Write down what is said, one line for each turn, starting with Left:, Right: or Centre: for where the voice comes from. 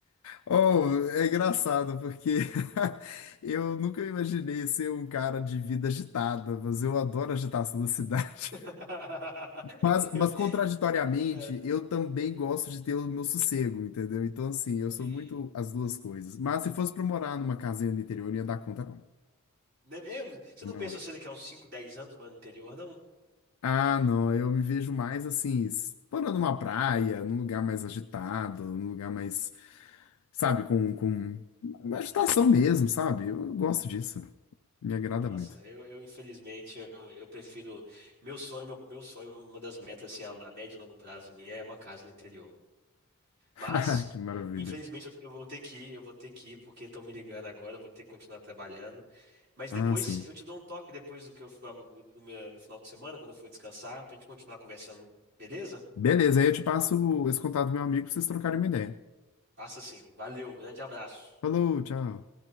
Left: Oh, é engraçado, porque <laughs> eu nunca imaginei ser um cara de vida agitada, mas eu adoro a agitação da cidade.
Right: <laughs>
Left: Mas, mas
Right: Eu-
Left: contraditoriamente,
Right: é.
Left: eu também gosto de ter o meu sossego, entendeu? Então, assim, eu
Right: Aí.
Left: sou muito as duas coisas. Mas se fosse pra morar numa casinha no interior, eu não ia dar conta, não.
Right: Nem- eu- você
Left: Não.
Right: não pensa assim daqui a uns 5 10 anos, mano, anterior, não?
Left: Ah, não, eu me vejo mais assim, s- morando numa praia, num lugar mais agitado, num lugar mais, sabe, com, com uma agitação mesmo, sabe? Eu, eu gosto disso. Me agrada
Right: Nossa,
Left: muito.
Right: eu, eu infelizmente, eu, eu prefiro. Meu sonho, meu, meu sonho, uma das metas, assim, a, a médio e longo prazo minha é uma casa no interior.
Left: <laughs>
Right: Mas,
Left: Que maravilha.
Right: infelizmente, eu, eu vou ter que ir, eu vou ter que ir, porque estão me ligando agora, eu vou ter que continuar trabalhando. Mas
Left: Ah,
Right: depois
Left: sim.
Right: eu te dou um toque depois do que eu fui do meu- no final de semana, quando eu for descansar, pra gente continuar conversando, beleza?
Left: Beleza, aí eu te passo esse contato do meu amigo pra vocês trocarem uma ideia.
Right: Passa sim. Valeu, um grande abraço.
Left: Falou, tchau.